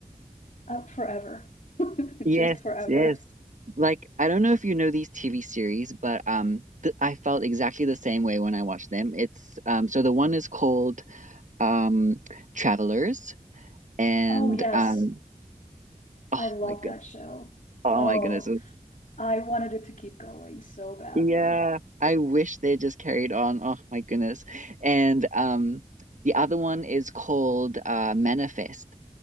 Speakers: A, on the left; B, on the right.
A: up forever, <laughs>
B: Yes,
A: just forever.
B: yes. Like I don't know if you know these TV series, but um th I felt exactly the same way when I watched them. It's um so the one is called um Travelers and
A: Oh, yes.
B: um oh
A: I love
B: my goodness.
A: that show.
B: Oh
A: Oh,
B: my goodness. it-
A: I wanted it to keep going so badly.
B: Yeah, I wish they just carried on. Oh my goodness. And um the other one is called uh Manifest.